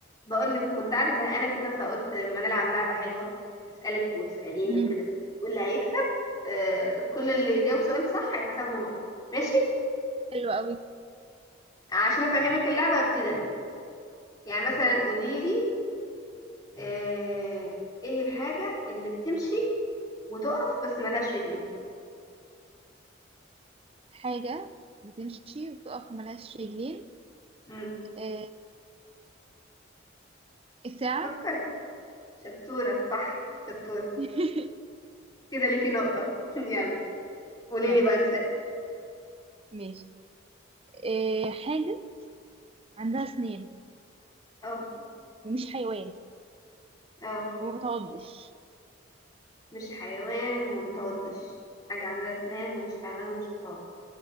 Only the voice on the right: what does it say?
مم.
حلو قوي
حاجة بتمشي وتقف وملهاش رجلين
آه. الساعة
<laughs>
يلا
ماشي آه. حاجة عندها سنين
ومش حيوان
وما بتعضش